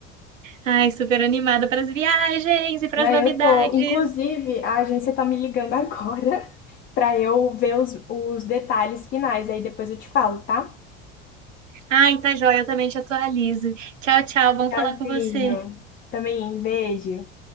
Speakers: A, on the right; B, on the left.
A: Ai, super animada para as viagens e para
B: Aí
A: as novidades.
B: eu tô, inclusive, a agência tá me ligando <laughs> agora. pra eu ver os, os detalhes finais. Aí depois eu te falo, tá?
A: Ai, tá joia, eu também te atualizo. Tchau, tchau, vamos
B: Tchauzinho.
A: falar com você.
B: Também, beijo.